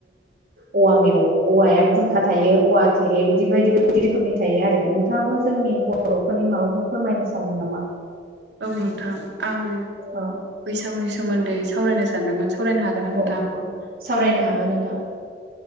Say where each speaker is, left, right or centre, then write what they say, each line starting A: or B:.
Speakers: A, on the right; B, on the right.
A: औवा मेवा औवाया बुरखा थायो औवा थेरे बिदि बायदि बायदि रोख खोमनि थायो आरो नोंथाङाबो जोंनि बर'फोरनि माबाफोर फोरमायनो सानदों नामा?
B: औ नोंथां आं
A: अ
B: बैसागुनि सोमोन्दै सावरायनो सा सानदोंमोन सावरायनो हागोन ना नोंथां?
A: अ अ सावरायनो हागोन नोंथां।